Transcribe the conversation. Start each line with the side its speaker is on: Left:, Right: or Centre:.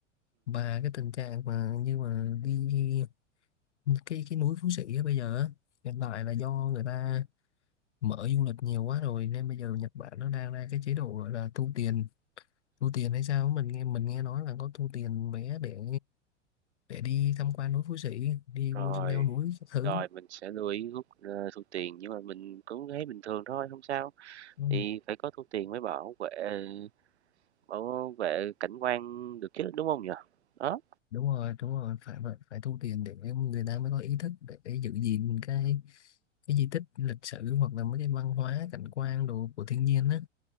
Left: và cái tình trạng mà như mà đi cái cái núi Phú Sĩ á bây giờ á, hiện tại là do người ta mở du lịch nhiều quá rồi nên bây giờ Nhật Bản nó đang ra cái chế độ gọi là thu tiền thu tiền hay sao á, mình nghe mình nghe nói là có thu tiền vé để để đi tham quan núi Phú Sĩ đi
Right: Rồi,
Left: vô leo núi các thứ
Right: rồi mình sẽ lưu ý rút, ơ, thu tiền nhưng mà mình cũng thấy bình thường thôi, không sao,
Left: ừ.
Right: thì phải có thu tiền mới bảo vệ bảo vệ cảnh quan được chứ, đúng không nhỉ? Đó.
Left: đúng rồi đúng rồi phải vậy phải thu tiền để người ta mới có ý thức để để giữ gìn cái cái di tích lịch sử hoặc là mấy cái văn hóa cảnh quan đồ của thiên nhiên á